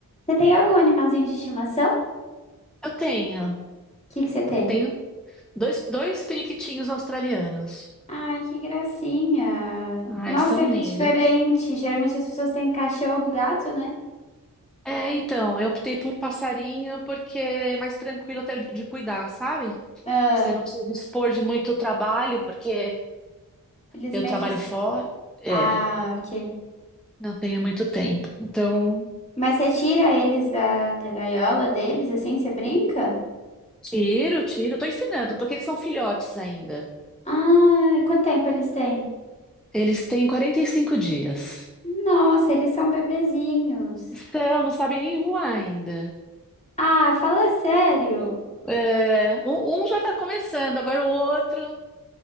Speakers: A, on the left; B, in the centre.
A: Você tem algum animalzinho de estimação? O
B: Eu tenho.
A: que que você tem?
B: Tenho dois, dois periquitinhos australianos.
A: Ai, que gracinha.
B: Ai,
A: Nossa,
B: são
A: que
B: lindos.
A: diferente. Geralmente as pessoas têm cachorro, gato, né?
B: É, então, eu optei por passarinho porque é mais tranquilo até de cuidar, sabe?
A: Ah,
B: Você não precisa dispor de muito trabalho, porque
A: eles
B: eu
A: meio
B: trabalho
A: que... se-
B: fora. É,
A: Ah, ok.
B: não tenho muito tempo. Então,
A: Mas você tira eles da, da gaiola deles, assim, você brinca?
B: tiro, tiro. Tô ensinando, porque eles são filhotes ainda.
A: Ah, quanto tempo eles têm?
B: Eles têm 45 dias.
A: Nossa, eles são bebezinhos.
B: Então, não sabem nem voar ainda.
A: Ah, fala sério.
B: É, um, um já tá começando, agora o outro.